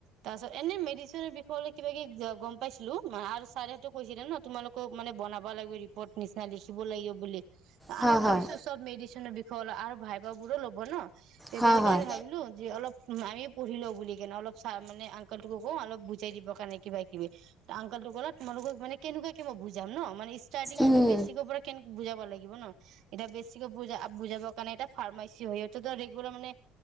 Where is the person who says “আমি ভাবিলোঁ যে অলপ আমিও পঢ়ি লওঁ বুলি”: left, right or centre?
Right